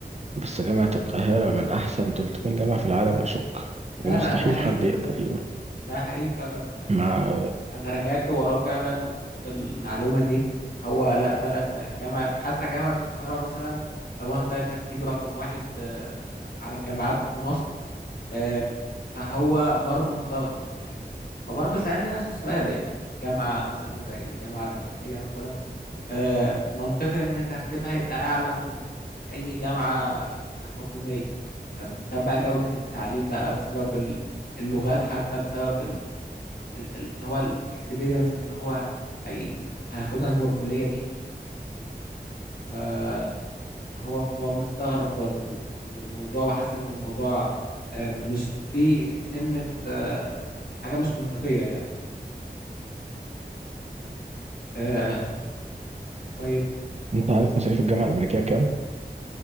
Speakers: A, on the right (about 40°); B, on the left (about 60°).
A: بس جامعة القاهرة من أحسن 300 جامعة في العالم أشك
B: لا
A: ومستحيل
B: لا ده حقيقي
A: حد يقدر
B: فعلا
A: يقول
B: ده حقيقي فعلا
A: مع
B: انا رجعت وراه فعلا وشفت المعلومه دي هو لا فعلا جامعه حتى جامعه القاهره مثلا واخده ترتيب رقم واحد آه، على الجامعات في مصر آم، فهو برضه مستغرب طب يعني هو برضه سألني نفس السؤال يعني جامعة مثلا زي الجامعة الأمريكية مثلا آم، منطقي إن ترتيبها يبقى أعلى من أي جامعة حكومية بسبب بقى جودة التعليم بقى بسبب ال- اللغات حتى بسبب ال- ال- ال- اللي هو الاكسبيرينس اللي هو هي... هياخدها جوه الكلية دي آم، هو هو مستغرب برضو من الموضوع وحاسس ان الموضوع آه، مش في سنة آه، حاجة مش منطقية يعني آه، طيب
A: أنت عارف مصاريف الجامعة الأمريكية كام؟